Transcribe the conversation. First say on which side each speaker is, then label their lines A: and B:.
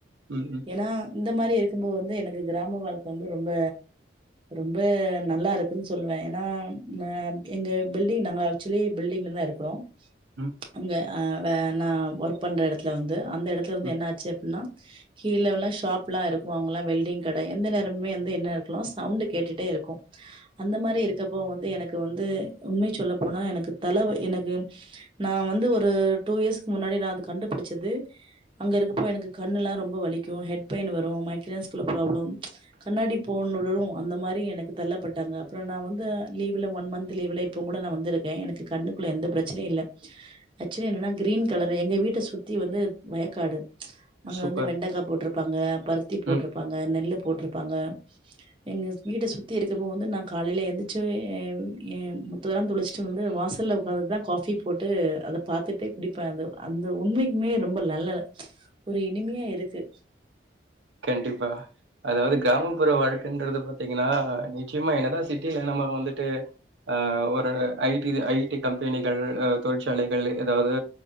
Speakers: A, on the right; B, on the right.
A: உஹூம்
B: ஏன்னா இந்த மாரி இருக்கும்போது வந்து எனக்கு கிராம வாழ்க்கை வந்து ரொம்ப ரொம்ப நல்லா இருக்குன்னு சொல்லுவேன் ஏன்னா அ எங்க பில்டிங் நாங்க ஆக்சுவலி பில்டிங்ல தான் இருக்கிறோம்
A: ம்
B: அங்க ஆ வே நான ஒர்க் பண்ணுற இடத்துல வந்து அந்த இடத்துல இருந்து
A: ம்
B: என்ன ஆச்சு அப்டின்னா கீழல்லாம் ஷாப் எல்லாம் இருக்கும் அங்கல்லாம் வெல்டிங் கட எந்த நேரமே வந்து என்ன இருககல சவுண்ட் கேட்டுட்டே இருக்கும் அந்த மாரி இருக்கப்போ வந்து எனக்கு வந்து அது உண்மை சொல்ல போனா எனக்கு தலைவை எனக்கு நான் வந்து ஒரு டூ இயர்ஸ்கு முன்னாடி நான அது கண்டுபிடிச்சது அங்க இருக்கப்போ எனக்கு கண்ணு எல்லாம் ரொம்ப வலிக்கும் ஹெட் பெயின் வரும் மைக்ரன்ஸ் ப்ராப்ளம் கண்ணாடி போடலும் அந்த மாரி எனக்கு தள்ளப்பட்டாங்க அப்பறம் நான வந்து லீவ்ல ஒன் மந்த் லீவ்ல இப்ப கூட நான் வந்திருக்கேன் எனக்கு கண்ணுக்குள்ள எந்த பிரச்சனையும் இல்ல ஆக்சுவலி என்னன்னா கிரீன் கலர் எங்க வீட்ட சுத்தி வந்து வயக்காடு ப்ச் அங்க
A: சூப்பர்
B: வந்து வெண்டைக்காய் போட்டிருப்பாங்க பருத்தி போட்டிருப்பாங்க
A: ம்
B: நெல்லு போட்டிருப்பாங்க எங்க வீட சுத்தி இருக்கப்போ வந்து நான் காலையில எந்திச்சு எ ஏன் முத்ததெல்லாம் தொளிச்சுட்டு வந்து வாசல்ல உட்காந்துட்டுதான் காபி போட்டு அத பாத்துட்டே குடிப்பேன் அந்த உண்மைக்குமே ரொம்ப நல்லது ஒரு இனிமையா இருக்கு
A: கண்டிப்பா அதாவது கிராமப்புற வழக்கைன்றது பாத்தீங்கன்னா நிச்சயமா என்னதான் சிட்டியில நம்ம வந்துட்டு அ ஒரு ஐடி ஐடி கம்பெனிகள் தொழிற்சாலைகள் ஏதாவது